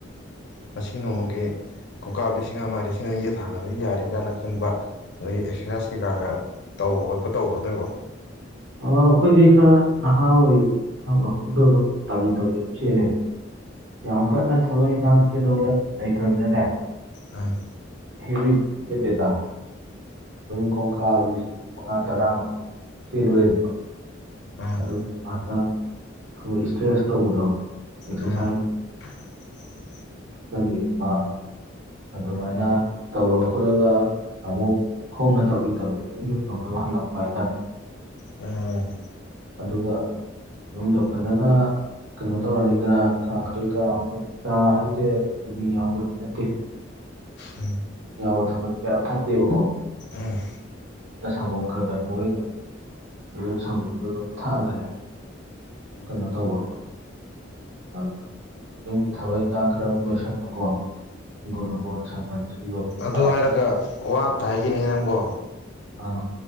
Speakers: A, on the left; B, on the right.
A: ꯉꯁꯤ ꯅꯣꯡꯃꯒꯤ ꯈꯣꯡꯀꯥꯞ ꯂꯤꯁꯤꯡ ꯑꯃ ꯂꯤꯁꯤꯡ ꯑꯅꯤꯖꯦ ꯊꯥꯡꯉꯗꯤ ꯌꯥꯔꯦꯒꯥꯅ ꯈꯟꯕ ꯅꯣꯏꯗꯤ ꯑꯦꯛꯁꯔꯁꯥꯏꯁ ꯀꯩꯀꯥꯒ ꯇꯧꯕ ꯈꯣꯠꯄ ꯇꯧꯕ꯭ꯔꯣ ꯅꯣꯏꯕꯣ꯫
B: ꯑꯩꯈꯣꯏꯗꯤ ꯈꯔ ꯅꯍꯥ ꯑꯣꯏꯔꯤꯕꯅꯤꯅ ꯋꯥꯛꯀꯤꯡꯗꯣ ꯑꯗꯨꯝ ꯇꯝꯕꯤ ꯇꯝꯂꯤ ꯑꯗꯨꯝ ꯁꯦꯠꯟꯅꯩ ꯌꯥꯝ ꯀꯟꯅ ꯊꯕꯛ ꯏꯈꯥꯡ ꯆꯦꯟꯗꯧ ꯂꯩꯇ꯭ꯔꯕꯤꯅꯤꯗꯅꯦ
A: ꯑ꯫
B: ꯍꯦꯕꯤꯗꯗꯤ ꯆꯦꯟꯗꯦꯗ ꯈꯣꯡꯀꯥꯞ ꯃꯉꯥ ꯇꯔꯥ ꯑꯃ ꯆꯦꯜꯂꯨꯔꯦꯗꯅ
A: ꯎꯝ
B: ꯑꯗꯨ ꯑꯗ ꯁꯣꯏ ꯏꯁꯇ꯭ꯔꯦꯁ ꯇꯧꯕꯗꯣ ꯑꯦꯁ
A: ꯎꯝ
B: ꯁꯥꯡ
A: <unintelligible>
B: ꯇ ꯂꯩꯕ ꯑꯗꯨꯃꯥꯏꯅ ꯇꯧꯔ ꯈꯣꯠꯂꯒ ꯑꯃꯨꯛ ꯈꯣꯡꯅ ꯇꯧꯔꯤ ꯇꯧꯔꯤ ꯑꯗꯨꯝ ꯌꯨꯝ ꯌꯧꯅꯕ ꯍꯜꯂꯛꯄ ꯍꯥꯏꯇꯥꯔꯦ
A: ꯎꯝ꯫
B: ꯑꯗꯨꯒ ꯌꯨꯝꯗ ꯐꯖꯅ ꯀꯩꯅꯣ ꯇꯧꯔꯅꯤꯗꯅ ꯆꯥ ꯀꯩꯀꯥ ꯑꯃꯨꯛ ꯆꯥ ꯍꯥꯏꯖꯦ ꯆꯤꯅꯤ ꯌꯥꯎꯕꯗꯤ ꯅꯠꯇꯦ꯫
A: ꯎꯝ꯫
B: ꯌꯥꯎꯕ ꯊꯛꯄ ꯀꯌꯥ ꯐꯠꯇꯦꯕꯀꯣ꯫
A: ꯎꯝ꯫
B: ꯁꯪꯒꯣꯝ ꯈꯒ ꯈꯒ ꯂꯧꯒꯦ ꯇꯧꯕꯅꯦ ꯑꯗꯨꯒ ꯁꯪꯒꯣꯝ꯫ ꯑꯗꯨ ꯑꯗꯨꯝ ꯊꯛꯑꯒꯅꯦ ꯑꯗꯨꯝ ꯀꯩꯅꯣ ꯇꯧꯕ ꯑ ꯌꯨꯝꯒꯤ ꯊꯕꯛ ꯏꯪꯈꯥꯡ ꯈꯔꯃꯨꯛ ꯂꯣꯏꯁꯟꯕꯀꯣ ꯍꯤꯡꯒꯣꯜ ꯅꯨꯡꯒꯣꯜ ꯁꯝꯕꯜ ꯁꯤꯕ ꯈꯣꯠꯄ
A: ꯑꯗꯨ ꯍꯥꯏꯔꯒ ꯋꯥ ꯑꯝꯇ ꯍꯥꯏꯒꯅꯤꯉꯤ ꯅꯪꯕꯣ
B: ꯑ